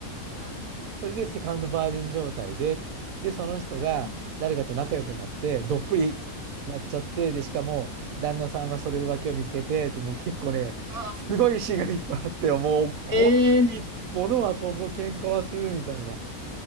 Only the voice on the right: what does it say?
それでセカンドバージン状態で、で、その人が誰かと仲良くなって、
どっぷりなっちゃって、で、しかも、旦那さんはそれ浮気を見つけて、ってもう結構ね、
すごい詩がいっぱいあって、もう怖い、
物は飛ぶ、喧嘩はするみたいな。っ